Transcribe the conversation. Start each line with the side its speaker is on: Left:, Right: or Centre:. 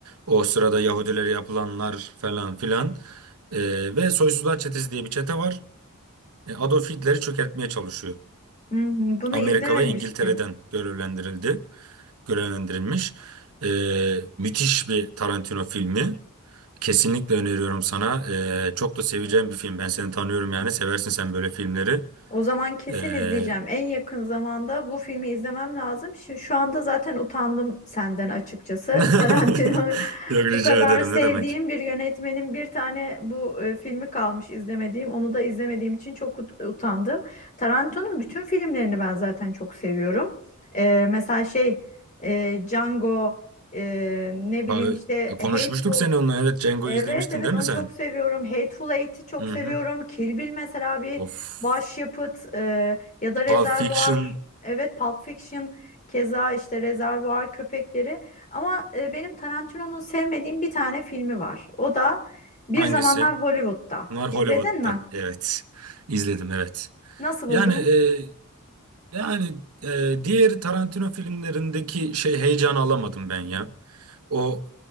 Right: o sırada Yahudilere yapılanlar falan filan. E, ve Soysuzlar Çetesi diye bir çete var. E, Adolf Hitler'i çökertmeye çalışıyor.
Left: Hmm, bunu
Right: Amerika
Left: izlememiştim.
Right: ve İngiltere'den görevlendirildi, görevlendirilmiş. E, müthiş bir Tarantino filmi. Kesinlikle öneriyorum sana. E, çok da seveceğin bir film. Ben seni tanıyorum yani. Seversin sen böyle filmleri.
Left: O zaman kesin
Right: E,
Left: izleyeceğim. En yakın zamanda bu filmi izlemem lazım. Şimdi şu anda zaten utandım senden açıkçası.
Right: <laughs>
Left: Tarantino <laughs>
Right: Yok rica
Left: Bu kadar
Right: ederim
Left: sevdiğim
Right: ne demek.
Left: bir yönetmenin bir tane bu e, filmi kalmış izlemediğim. Onu da izlemediğim için çok ut- utandım. Tarantino'nun bütün filmlerini ben zaten çok seviyorum. E, mesela şey e, Django e, ne bileyim
Right: Abi,
Left: işte
Right: e, konuşmuştuk
Left: Hateful
Right: seni onunla. Evet, Django
Left: Evet
Right: izlemiştin
Left: evet
Right: değil
Left: onu
Right: mi sen?
Left: çok seviyorum. Hateful Eight'i çok
Right: Hı
Left: seviyorum.
Right: hı.
Left: Kill Bill mesela bir
Right: Of.
Left: başyapıt e, ya da Rezervuar.
Right: Pulp Fiction
Left: Evet Pulp Fiction keza işte Rezervuar Köpekleri. Ama e, benim Tarantino'nun sevmediğim bir tane filmi var. O da Bir
Right: hangisi?
Left: Zamanlar Hollywood'da.
Right: Bunlar
Left: İzledin
Right: Hollywood'da.
Left: mi?
Right: Evet. İzledim evet.
Left: Nasıl buldun?
Right: Yani e, yani e, diğer Tarantino filmlerindeki şey heyecanı alamadım ben ya. O